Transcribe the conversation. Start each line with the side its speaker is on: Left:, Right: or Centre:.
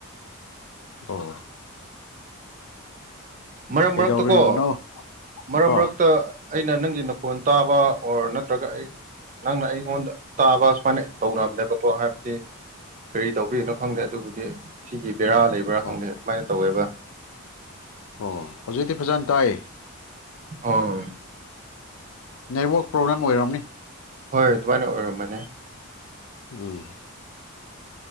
Left: ꯑꯣ
Right: ꯃꯔꯛ
Left: ꯀꯩꯗꯧꯔꯤꯕꯅꯣ
Right: ꯃꯔꯛꯇ ꯀꯣ ꯃꯔꯛ
Left: ꯍꯣꯏ
Right: ꯃꯔꯛꯇ ꯑꯩꯅ ꯅꯪꯒꯤ ꯅ ꯐꯣꯟ ꯇꯥꯕ ꯑꯣꯔ ꯅꯠꯇ꯭ꯔꯒ ꯑꯩ ꯅꯪꯅ ꯑꯩꯉꯣꯟꯗ ꯇꯥꯕ ꯁꯨꯃꯥꯏꯅ ꯇꯧꯅꯕꯅꯦꯕꯀꯣ ꯍꯥꯏꯕꯗꯤ ꯀꯔꯤ ꯇꯧꯕꯤꯅꯣ ꯈꯪꯗꯦ ꯑꯗꯨꯕꯨꯗꯤ ꯁꯤꯒꯤ ꯄꯦꯔꯥ ꯂꯩꯕ꯭ꯔꯥ
Left: ꯑꯣ
Right: ꯈꯪꯗꯦ ꯑꯗꯨꯃꯥꯏꯅ ꯇꯧꯋꯦꯕ
Left: ꯑꯣ ꯍꯧꯖꯤꯛꯇꯤ ꯐꯖꯅ ꯇꯥꯏ
Right: ꯑꯥ
Left: ꯅꯦꯠꯋꯛ ꯄ꯭ꯔꯣꯕ꯭ꯂꯦꯝ ꯑꯣꯏꯔꯝꯅꯤ
Right: ꯍꯣꯏ ꯑꯗꯨꯃꯥꯏꯅ ꯑꯣꯏꯔꯃꯅꯤ
Left: ꯎꯝ